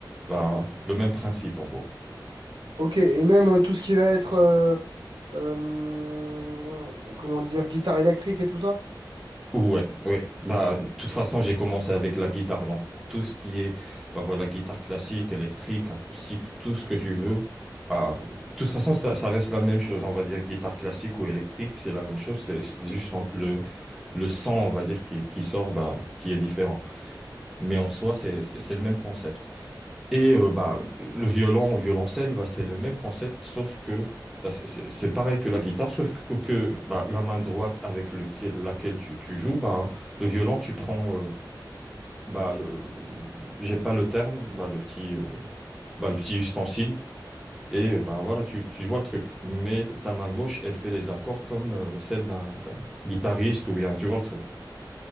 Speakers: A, in the centre; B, on the right (about 85°).
A: bah, le même principe en gros.
B: ok, et même euh, tout ce qui va être, euh, euh, comment dire, guitare électrique et tout ça?
A: Ouais, ouais. Bah, de toute façon, j'ai commencé avec la guitare, donc tout ce qui est, bah voilà, guitare classique, électrique, acoustique, tout ce que tu veux. Bah, de toute façon, ça, ça reste la même chose, on va dire, guitare classique ou électrique, c'est la même chose, c'est c'est juste en- le, le son, on va dire, qui, qui sort, bah, qui est différent. Mais en soi, c'est c'est- c'est le même concept. Et euh, bah, le violon, violoncelle, bah, c'est le même concept, sauf que bah, c'est c'est- c'est pareil que la guitare, sauf que, que, bah, la main droite avec lequel- laquelle tu, tu joues, bah, le violon, tu prends euh, bah, le, euh, j'ai pas le terme, bah, le petit, euh, bah, le petit ustensile, et euh, bah, voilà, tu, tu vois le truc. Mais ta main gauche, elle fait les accords comme euh, celle d'un d'un guitariste, ou bien, tu vois le truc.